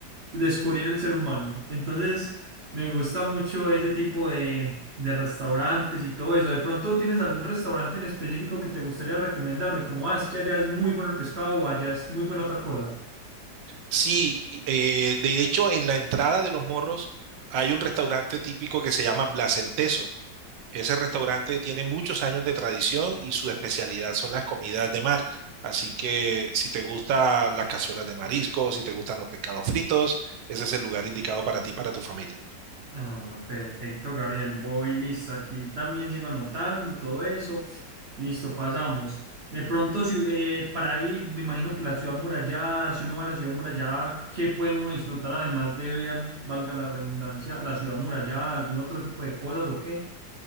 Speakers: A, on the right (about 50°); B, on the right (about 85°).
A: descubrir el ser humano. Entonces, me gusta mucho ese tipo de, de restaurantes y todo eso. ¿De pronto tienes algún restaurante en específico que te gustaría recomendarme? Como, ah, es que allá es muy bueno el pescado o allá es muy bueno tal cosa.
B: Sí, eh, de hecho, en la entrada de Los Morros hay un restaurante típico que se llama Blas el Teso Ese restaurante tiene muchos años de tradición y su especialidad son las comidas de mar. Así que si te gustan las cazuelas de mariscos, si te gustan los pescados fritos, ese es el lugar indicado para ti, y para tu familia.
A: Ah, perfecto, Gabriel. Voy listo. Aquí también sigo anotando todo eso. Listo, pasamos. De pronto, si- eh, para ir, me imagino que la ciudad murallada, si uno va a la ciudad murallada, ¿qué puede uno disfrutar además de ver, valga la redundancia, la ciudad murallada, algún otro tipo de cosas o qué?